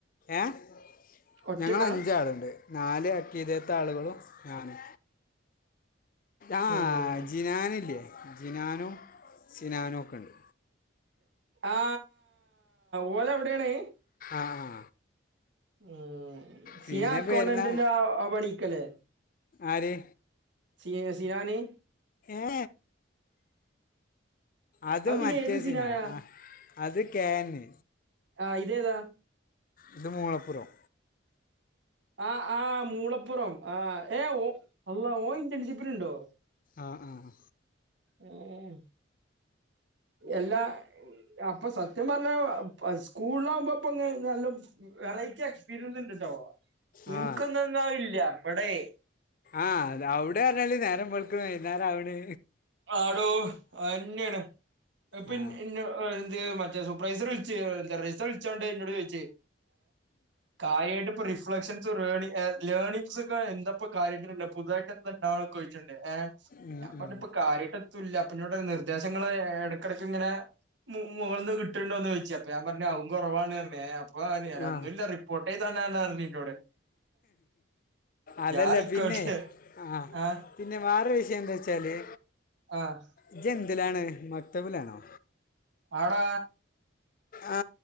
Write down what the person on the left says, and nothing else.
ഏഹ
ഞങ്ങ അഞ്ചാള്ണ്ട് നാല് അക്കിതത്തെ ആളുകളും ഞാനു. ആഹ്
അജിനാനില്ലേ അജിനാനും സിനാനും ഒക്കെ ഉണ്ട്
ആഹ.
പിന്നെ
പേരുന്ന
ആര്
ഏ അത്
മറ്റേ
സിന
ആ അത് കേന്.
ഇത് മോളപ്പരം
ആഹ്, ആഹ്.
ആ
ആഹ് അവ്ടെ പറഞ്ഞല് നേരം വെളുക്ക്ണ് വൈന്നരം അവ്ണ്.
ആ
ഉം,
ഉം.
ആ
അതല്ലേ
പിന്നെ ആഹ
പിന്നെ വാറെരു വിഷയം എന്താച്ചാല്
ഇജ് എന്തിലാണ് മക്തബിലാണോ?
ആ